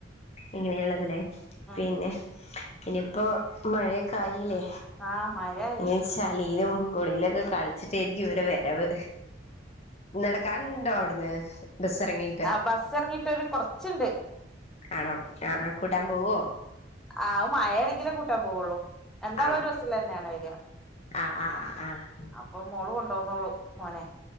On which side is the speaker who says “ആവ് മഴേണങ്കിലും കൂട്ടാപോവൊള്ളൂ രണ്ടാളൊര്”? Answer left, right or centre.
Centre